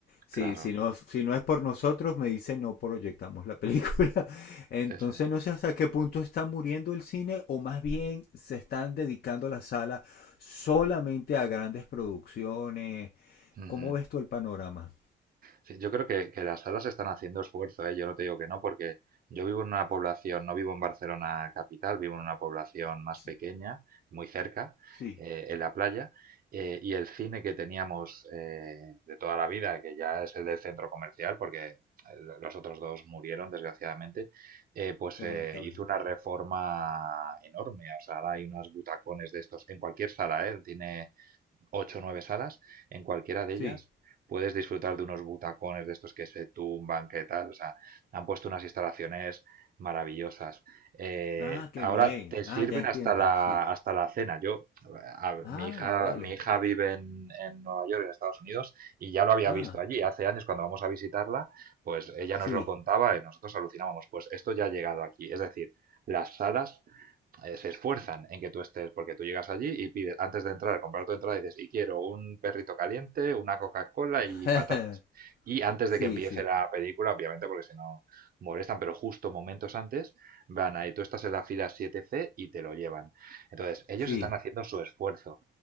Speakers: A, on the left (about 50°); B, on the right (about 45°).
A: Sí,
B: claro.
A: si no, si no es por nosotros, me dice no proyectamos la película. <laughs> Entonces
B: Sí, sí.
A: no sé hasta qué punto está muriendo el cine o más bien se están dedicando a la sala solamente a grandes producciones.
B: Ujú.
A: ¿Cómo ves tú el panorama?
B: Sí, yo creo que, que las salas están haciendo esfuerzo, ¿eh? Yo no te digo que no, porque yo vivo en una población, no vivo en Barcelona capital, vivo en una población más
A: S-
B: pequeña, muy cerca,
A: Sí,
B: eh, en la playa, eh, y el cine que teníamos eh, de toda la vida, que ya es el del centro comercial, porque eh, lo- los otros dos murieron, desgraciadamente, eh, pues
A: qué
B: eh,
A: lamentable.
B: hizo una reforma enorme. O sea, ahora hay unos butacones de estos en cualquier sala, ¿eh? Tiene ocho o nueve salas, en cualquiera de
A: Sí.
B: ellas puedes disfrutar de unos butacones de estos que se tumban, que tal, o sea, han puesto unas instalaciones maravillosas. Eh,
A: Ah, qué
B: ahora
A: bien.
B: te
A: Ah,
B: sirven
A: ya entiendo.
B: hasta la,
A: Sí.
B: hasta la cena. Yo, a-
A: Ah,
B: mi hija,
A: vale.
B: mi hija vive en, en Nueva York, en Estados Unidos, y ya lo había
A: Ah,
B: visto allí. Hace años, cuando vamos a visitarla, pues ella
A: sí.
B: nos lo contaba y nosotros alucinábamos. Pues esto ya ha llegado aquí. Es decir, las salas eh, se esfuerzan en que tú estés, porque tú llegas allí y pides, antes de entrar, comprar tu entrada y dices, y quiero un perrito caliente, una Coca-Cola y
A: <laughs>
B: patatas. Y antes
A: sí,
B: de que empiece
A: sí.
B: la película, obviamente, porque si no molestan, pero justo momentos antes, van ahí, tú estás en la fila 7C y te lo llevan. Entonces, ellos
A: Sí.
B: están haciendo su esfuerzo,